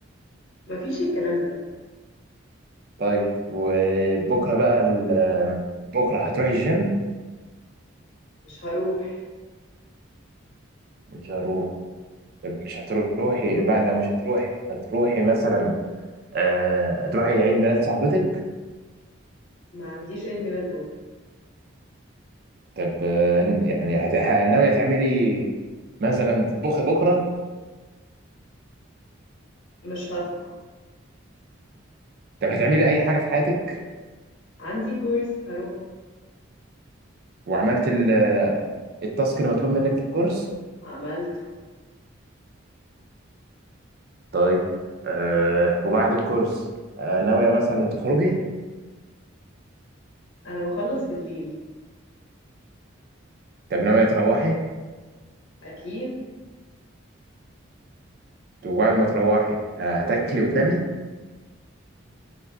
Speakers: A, on the left; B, on the right.
A: مفيش الكلام ده
B: طيب وبكرة بقى ال- آه، بكرة هتروحي الجيم
A: مش هروح
B: مش هروح طب مش هتروحي بقى لو مش هتروحي هتروحي مثلا آه هتروحي عيد ميلاد صاحبتك
A: ما عنديش عيد ميلاد بكرة
B: طب آه، يعني هت... ه- ناوية تعملي مثلا تطبخي بكرة
A: مش هطبخ
B: طب هتعملي أي حاجة في حياتك
A: عندي كورس هروح
B: وعملت ال- التاسك اللي مطلوب منك في الكورس
A: عملته
B: طيب آه وبعد الكورس آه ناوية مثلا تخرجي
A: انا بخلص بالليل
B: طب ناوية تروحي
A: اكيد
B: طب وبعد ما تروحي هتاكلي وتنامي